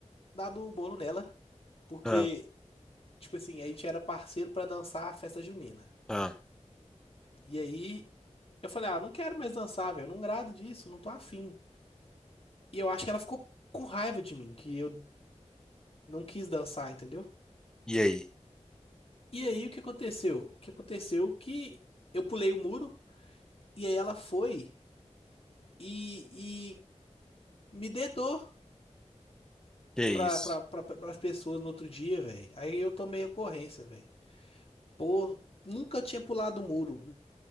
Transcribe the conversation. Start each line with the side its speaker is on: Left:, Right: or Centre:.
Left: dado o bolo nela. Porque,
Centre: ah,
Left: tipo assim, a gente era parceiro pra dançar a festa junina.
Centre: ah.
Left: E aí eu falei, ah, não quero mais dançar, velho. Eu não grado disso, não tô afim. E eu acho que ela ficou com raiva de mim, que eu não quis dançar, entendeu?
Centre: E aí?
Left: E aí, o que aconteceu? O que aconteceu que eu pulei o muro e aí ela foi e, e me dedou
Centre: Que isso?
Left: pra, pra, pra, pra, as pessoas no outro dia, velho. Aí eu tomei ocorrência, velho. Pô, nunca eu tinha pulado o muro.